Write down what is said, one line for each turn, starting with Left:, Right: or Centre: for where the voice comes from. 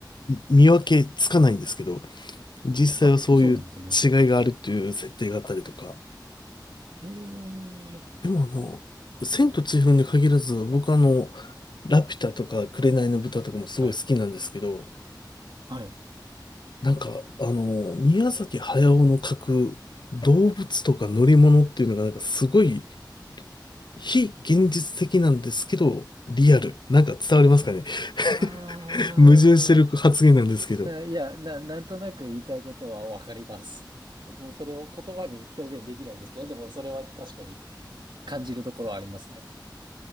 Left: 見分けつかないんですけど、実際はそういう違いがあるっていう設定があったりとか。
Right: あ、そうなんですね。へえ。
Left: でもあの、千と千尋に限らず、僕あの、ラピュタとか紅の豚とかもすごい好きなんですけど、
Right: はい。はい。
Left: なんか、あの、宮崎駿の描く動物とか乗り物っていうのがなんかすごい非現実的なんですけど、リアル。なんか伝わりますかね
Right: あ
Left: <laughs> 矛盾してる発言なんですけど。
Right: あ、
Left: い
Right: いや、な、なんとなく言いたいことはわかります。僕もそれを言葉に表現できないですけど、でもそれは確かに感じるところはありますね。